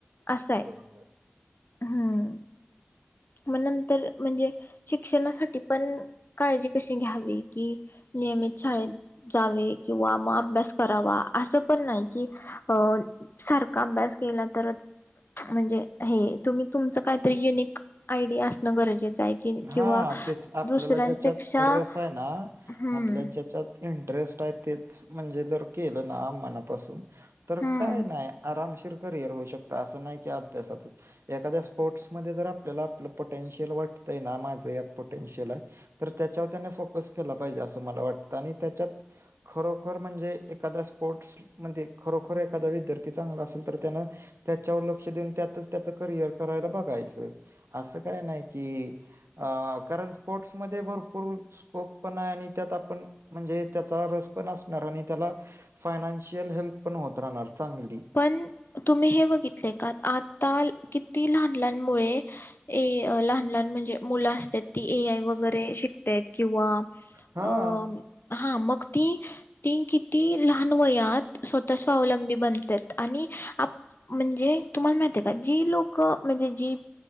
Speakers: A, on the left; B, on the right.
A: असंय...
B: बरोबर
A: हम्म मग नंतर म्हणजे शिक्षणासाठी पण.... काळजी कशी घ्यावी की नियमित शाळेेत... जावे किंवा मग अभ्यास करावा असं पण नाही.... कि अ सारखा अभ्यास केला तरच... म्हणजे हे तुम्ही तुमचं काहीतरी युनिक आयडिया असणं गरजेचं आहे... की किंवा
B: हा तेच आपल्याला
A: दुसऱ्यांपेक्षा
B: ज्याच्यात रस आहे ना
A: हम्म
B: आपल्या ज्या... त इंटरेस्ट आहे तेच म्हणजे जर केलं ना मनापासून... तर
A: हम्म
B: काय नाही आरामशीर करिअर होऊ शकत असं नाही की अभ्यासातच.. एखाद्या स्पोर्ट्समध्येध्ये जर आपल्याला आपलं पोटेन्शियल वाटतंय ना माझं यात पोटेन्शियल आहे.... तर त्याच्यावर त्याने फोकस केला पाहिजे असं मला वाटतं आणि त्याच्यात.... खरोखर म्हणजे एखादा स्पोर्ट्स मध्ये खरोखर एखादा विद्यार्थी चांगला असत... नंतर त्याने... लक्ष देत त्यातच त्याच करियर करायला बघायचं असं काय नाही की, अ कारण स्पोर्ट्समध्ये भरपूर स्कोप पण आहे आणि त्यात आपण म्हणजे त्याचा रस पण असणार आणि त्याला.. फायनान्शियल हेल्प पण होत राहणार... चांगली...
A: पण तुम्ही हे बघितले का आता किती लहान लहान मुले... ए लहान लहान म्हणजे मुलं असतात ती ए आय वगैरे शिक... किंवा
B: हां,
A: अ... हा मग ती ती किती लहान वयात स्वतः स्वावलंबी बनतात.... आणि आप... म्हणजे तुम्हाला माहिती आहे का जी लोक म्हणजे जी